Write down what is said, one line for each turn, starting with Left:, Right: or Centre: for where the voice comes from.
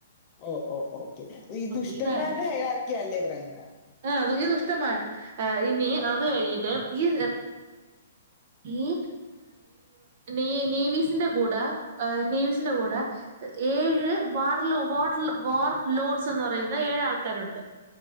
Left: ഓ ഓ ഓക്കെ ഈ
Right: ഓക്കെ
Left: ദുഷ്ടന്മാടെയ
Right: ഇതാണ്
Left: ആർക്കെയ അല്ലേ പറയുന്ന
Right: അ ഇത്ഷ്ടമായ ഇനി അത് കഴിഞ്ഞിട്ട് ഈ ഈ ഈ നേവിസിന്റെ കൂടെ നേവിസിന്റെ കൂടെ ഏഴ് വാർ ലോ വാർ വാർ ലോഡ്സ് എന്ന് പറയുന്ന ഏഴ് ആൾക്കാരുണ്ട്